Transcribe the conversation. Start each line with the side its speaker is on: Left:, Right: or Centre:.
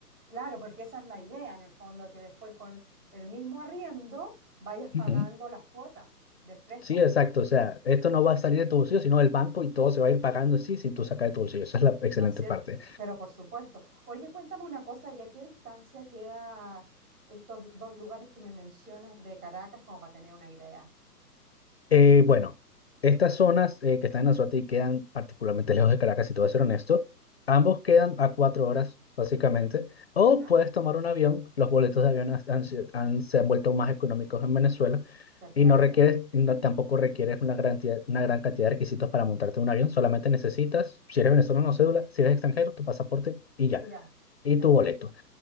Right: Claro, porque esa es la idea en el fondo, que después con el mismo arriendo vayas pagando
Left: Ujú.
Right: las cuotas del préstamo,
Left: Sí, exacto. O sea, esto no va a salir de tu bolsillo, sino del banco y todo se va a ir pagando en sí sin tú sacar de tu bolsillo. Esa es la excelente
Right: ¿no es cierto?
Left: parte.
Right: Pero por supuesto. Oye, cuéntame una cosa, ¿y a qué distancia queda estos dos lugares que me mencionas de Caracas como para tener una idea?
Left: Eh, bueno, estas zonas eh, que están en Anzoátegui quedan particularmente <laughs> lejos de Caracas, si te voy a ser honesto. Ambos quedan a cuatro horas, básicamente. O
Right: Ya.
Left: puedes tomar un avión. Los boletos de avión han- se han se han vuelto más económicos en Venezuela.
Right: Perfecto.
Left: Y no requieres, y no, tampoco requieres una gran, tia- una gran cantidad de requisitos para montarte en un avión. Solamente necesitas, si eres venezolano, no cédula, si eres extranjero, tu pasaporte y
Right: Y
Left: ya.
Right: ya, y
Left: Y
Right: perfecto,
Left: tu boleto.